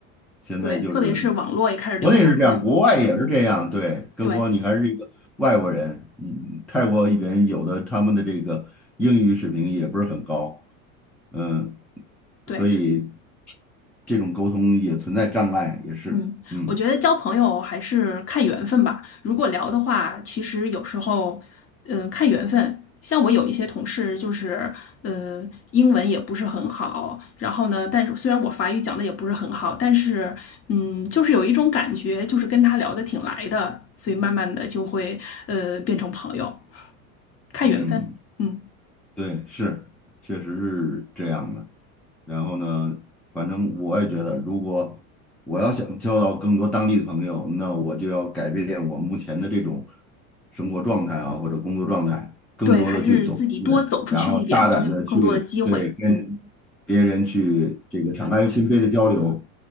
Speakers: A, in the centre; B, on the left (about 30°).
A: 现在就是
B: 对，特别是网络也开始流行了，
A: 国内是这样，国外也是这样，
B: 嗯，
A: 对，更何况你还是一个外国人，
B: 对
A: 你泰国人有的他们的这个英语水平也不是很高，嗯，
B: 对。
A: 所以这种沟通也存在障碍，也是，
B: 嗯，
A: 嗯
B: 我觉得交朋友还是看缘分吧。如果聊的话，其实有时候，呃，看缘分。像我有一些同事，就是呃，英文也不是很好，然后呢，但是虽然我法语讲的也不是很好，但是嗯，就是有一种感觉，就是跟他聊得挺来的，所以慢慢的就会呃变成朋友，看缘分。
A: 嗯，
B: 嗯，
A: 对，是，确实是这样的。然后呢，反正我也觉得，如果我要想交到更多当地的朋友，那我就要改变我目前的这种生活状态啊，或者工作状态，更多的去走出来，
B: 对，还是自己多走出去一点，
A: 然后大胆的去对跟别人去这个敞开心扉的交流。
B: 可能有更多的机会。嗯，